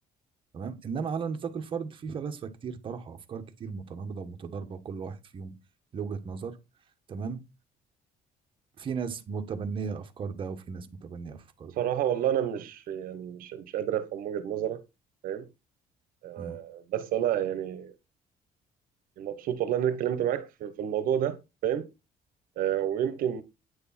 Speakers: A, on the right; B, on the right.
A: تمام انما على نطاق الفرد في فلاسفه كتير طرحوا افكار كتير متناقضه ومتضاربه وكل واحد فيهم له وجهه نظر تمام في ناس متبنيه افكار ده وفي ناس متبنيه افكار
B: صراحة
A: ده
B: والله أنا مش يعني مش مش قادر أفهم وجهة نظرك فاهم آه
A: امم
B: بس أنا يعني مبسوط والله إن أنا اتكلمت معاك في, في الموضوع ده فاهم آه ويمكن